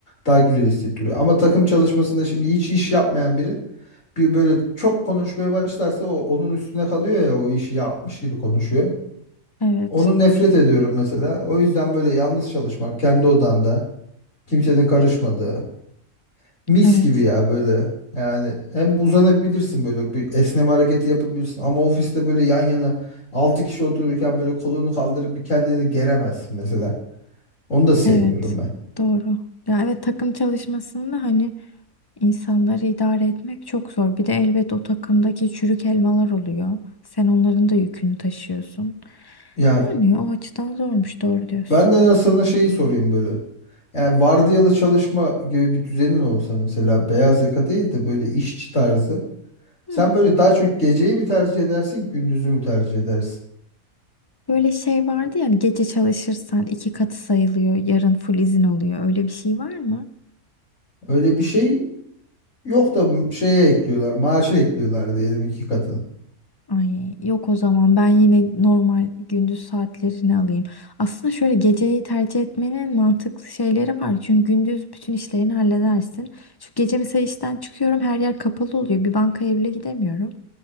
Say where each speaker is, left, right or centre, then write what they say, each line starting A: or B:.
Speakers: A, on the left; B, on the left.
A: Daha güzel hissettiriyor. Ama takım çalışmasında şimdi hiç iş yapmayan biri bir böyle çok konuşmaya başlarsa o onun üstüne kalıyor ya o işi yapmış gibi konuşuyor.
B: Evet.
A: Onu nefret ediyorum mesela. O yüzden böyle yalnız çalışmak, kendi odanda, kimsenin karışmadığı, mis
B: Evet.
A: gibi ya böyle. Yani hem uzanabilirsin böyle bir esneme hareketi yapabilirsin ama ofiste böyle yan yana 6 kişi otururken böyle kolunu kaldırıp bir kendini geremezsin mesela. Onu da sevmiyorum
B: Evet.
A: ben.
B: Doğru. Ya evet takım çalışmasında hani İnsanları idare etmek çok zor. Bir de elbet o takımdaki çürük elmalar oluyor. Sen onların da yükünü taşıyorsun.
A: Ya
B: Yani o açıdan zormuş, doğru diyorsun.
A: ben de sana şeyi sorayım böyle. Yani vardiyalı çalışma gibi bir düzenin olsa mesela beyaz yaka değil de böyle işçi tarzı.
B: Hı.
A: Sen böyle daha çok geceyi mi tercih edersin, gündüzü mü tercih edersin?
B: Böyle şey vardı ya, hani gece çalışırsan iki katı sayılıyor, yarın full izin oluyor. Öyle bir şey var mı?
A: Öyle bir şey yok da şeye ekliyorlar, maaşa ekliyorlar diyelim iki katı.
B: Ay yok o zaman ben yine normal gündüz saatlerini alayım. Aslında şöyle geceyi tercih etmenin mantıklı şeyleri var. Çünkü gündüz bütün işlerini halledersin. Şu gece mesela işten çıkıyorum her yer kapalı oluyor. Bir bankaya bile gidemiyorum.